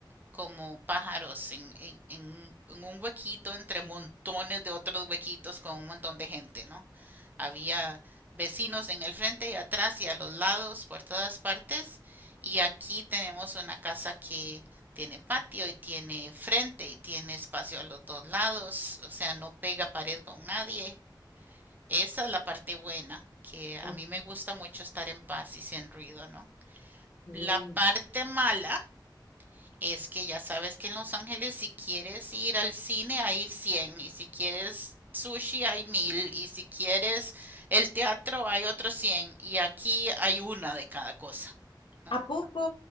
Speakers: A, on the right; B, on the left.
A: como pájaros en, en- en un, en un huequito entre montones de otros huequitos con un montón de gente, ¿no? Había vecinos en el frente y atrás y a los lados, por todas partes. Y aquí tenemos una casa que tiene patio y tiene frente y tiene espacio a los dos lados, o sea, no pega pared con nadie. Esa es la parte buena, que a
B: Ok.
A: mí me gusta mucho estar en paz y sin ruido, ¿no?
B: Sí.
A: La parte mala es que ya sabes que en Los Ángeles si quieres ir al cine hay 100 y si quieres sushi hay 1000 y si quieres el teatro hay otros 100 y aquí hay una de cada cosa, ¿no?
B: ¿A poco?